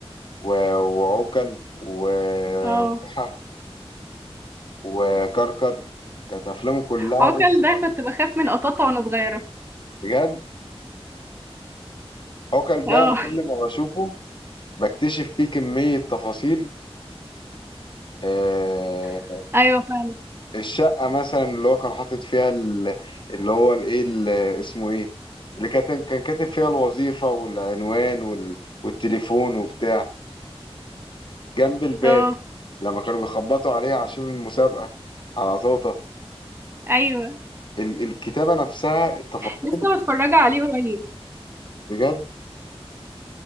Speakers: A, on the left; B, on the right.
A: و- وعوكل وبوحة
B: اه
A: وكركر كانت افلامه كلها
B: عوكل
A: بصي
B: ده كنت بخاف من قطاطا وانا صغيره
A: بجد عوكل ده
B: اه
A: انا كل ما بشوفه بكتشف فيه كمية تفاصيل آه،
B: <laughs> ايوه فعلا
A: الشقة مثلا اللي هو كان حاطط فيها ال- اللي هو الايه ال- اسمه ايه اللي كان كان كاتب فيها الوظيفة والعنوان وال- والتليفون وبتاع جنب الباب
B: اه
A: لما كانوا بيخبطوا عليها عشان المسابقة على طوطة
B: ايوه
A: ال- الكتابة نفسها التفاصيل
B: لسه متفرجه عليه قريب
A: بجد